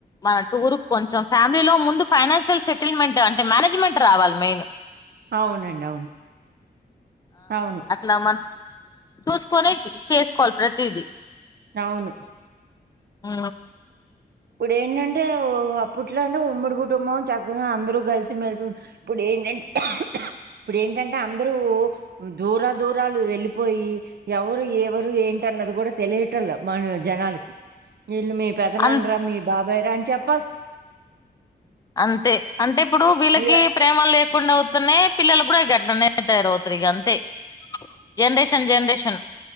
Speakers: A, on the left (about 20°); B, on the right (about 70°).
A: మన టూర్ కొంచెం ఫ్యామిలీలో ముందు ముందు ఫైనాన్షియల్ సెటిల్మెంట్ అంటే మేనేజ్మెంట్ రావాలి మెయిన్
B: అవునండి అవును
A: ఆ
B: అవును
A: అట్లా మన చూసుకునే చేసుకోవాలి ప్రతిదీ
B: అవును
A: ఆ
B: ఇప్పుడు ఏంటంటే అప్పట్లోనూ ఉమ్మడి కుటుంబం చక్కగా అందరు కలిసి మెలిసి ఉ ఇప్పుడు ఏంటంటె ఇప్పుడు ఏంటంటే అందరూ దూర దూరాలు వెళ్ళిపోయి ఎవరు ఎవరు ఏంటి అన్నది కూడా తెలియటల మన జనాలకి ఎలుమి పెదనాన్
A: అం
B: బభైరన్ చెప్
A: అంతే అంటే ఇప్పుడు వీళ్ళకి
B: ఇగ
A: ప్రేమాలు లేకుండా అవ్ అనే పిల్లలు కూడా ఈ ఘట్లనేతయారవుతారు ఇగ అంతే జెనరేషన్ జెనరేషన్